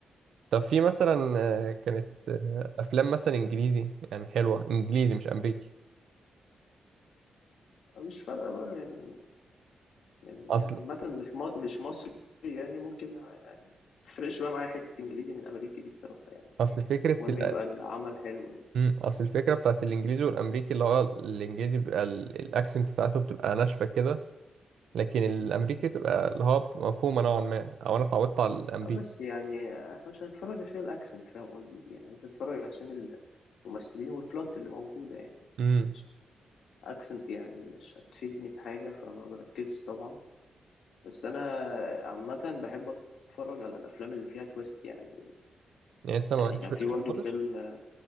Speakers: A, on the right; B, on the left.
A: طب في مثلا آه، كانت آه، افلام مثلا انجليزي يعني حلوه انجليزي مش امريكي
B: مش فارقة بقى يعني يعني
A: اصل
B: عامة مش م- مش مصري يعني ممكن يعني متفرقش بقى معايا حتة إنجليزي من أمريكي دي بصراحة يعني
A: اصل فكره
B: المهم
A: ال...
B: يبقى العمل حلو يعني
A: مم، اصل الفكره بتاعت الانجليزي والامريكي اللي هو الانجليزي بيبقى ال- الاكسنت بتاعته بتبقى ناشفه كده لكن الامريكي بتبقى اللي هو بتبقى مفهومه نوعا ما او انا اتعودت على الامريكي
B: أه بس يعني إحنا مش هنتفرج عشان الأكسنت فاهم قصدي يعني أنت هتتفرج عشان الممثلين والبلوت اللي موجودة يعني
A: امم
B: مش أكسنت يعني مش هتفيدني بحاجة فما بركزش طبعا بس أنا عامة بحب أتفرج على الأفلام اللي فيها تويست يعني
A: يعني انت مالكش
B: يعني كان
A: في
B: في
A: الاكشن
B: برضه
A: خالص
B: فيلم